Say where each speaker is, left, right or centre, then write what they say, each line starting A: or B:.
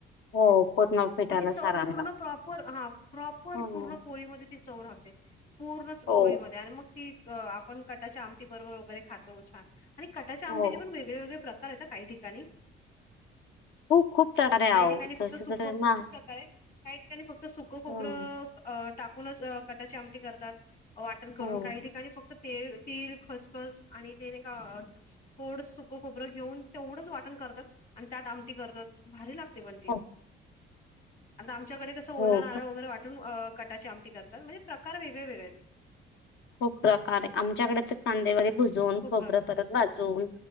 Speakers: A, on the left (about 70°); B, on the left (about 40°).
A: हो पूर्ण. पिठाला
B: म ती चव
A: सारांना
B: पूर्ण प्रॉपर हा प्रॉपर
A: हम्म
B: पूर्ण पोळीमध्ये ती चव राहते. पूर्णच
A: हो
B: पोळीमध्ये आणि मग ती. द आपण कटाच्या आमटी बरोबर वगैरे खातो छान आणि कटाच्या आमटीचे
A: हो
B: पण वेगळे वेगळे. प्रकार आहेत काही ठिकाणी.
A: खूप खूप प्रकारे आहो
B: काही ठिकाणी फक्त
A: जसे
B: सुक्कं
A: जसे
B: खूप
A: मा
B: प्रकारएत काही ठिकाणी फक्त सुक्कं खोबरं.
A: हं,
B: अ टाकूनच अ कटाची आमटी करतात वाटण करून
A: हो
B: काही ठिकाणी फक्त. तीळ तीळ खसखस आणि ते नै का थोड सुकं. खोबरं घेऊन तेवढंच वाटण करतात आणि त्यात आमटी करतात भारी लागत. ती पण ती
A: हो
B: आता आमच्याकडे कसं ओला
A: हो
B: नारळ वगैरे वाटून. अ कटाची आमटी करतात म्हणजे प्रकार वेगळे वेगळेएत.
A: खूप प्रकारे हाय आमच्याकडे तर. कांदे व भुजून
B: खूप
A: खोबरं
B: प्र
A: परत भाजून